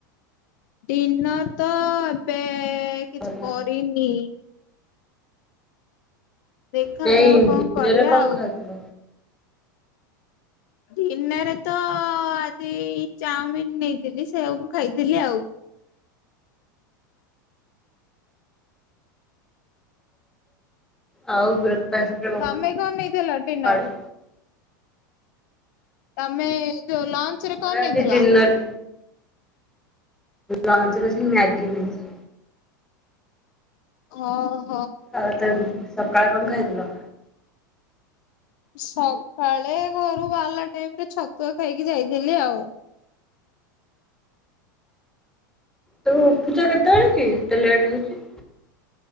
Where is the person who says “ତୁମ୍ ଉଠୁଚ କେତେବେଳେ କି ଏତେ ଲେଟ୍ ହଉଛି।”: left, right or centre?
Centre